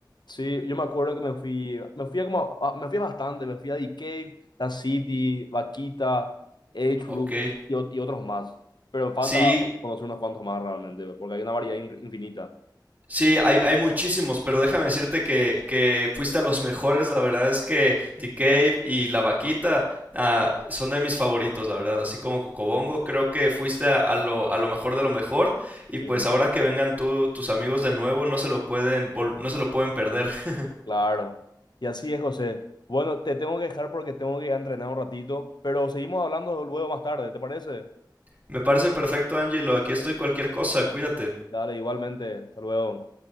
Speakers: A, on the left (about 65°); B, on the right (about 20°).
A: Sí, yo me acuerdo que me fui, me fui a como, a- me fui a bastante, me fui a The Cave, La City, Vaquita, Edgewood
B: Ok.
A: y, ot- y otros más. Pero me falta
B: Sí,
A: conocer unos cuantos más realmente, pues, porque hay una variedad in- infinita.
B: Sí, hay, hay muchísimos, pero déjame decirte que, que fuiste a los mejores. La verdad es que The Cave y La Vaquita ah, son de mis favoritos, la verdad. Así como Cocobongo, creo que fuiste a, a lo, a lo mejor de lo mejor. Y
A: Sí,
B: pues ahora que vengan tú, tus amigos de nuevo, no se lo pueden, vol- no se lo pueden perder. <laughs>
A: claro. Y así es, José. Bueno, te tengo que dejar porque tengo que ir a entrenar un ratito, pero seguimos hablando luego más tarde, ¿te parece?
B: Me parece perfecto, Angelo. Aquí estoy cualquier cosa. Cuídate.
A: Dale, igualmente. Hasta luego.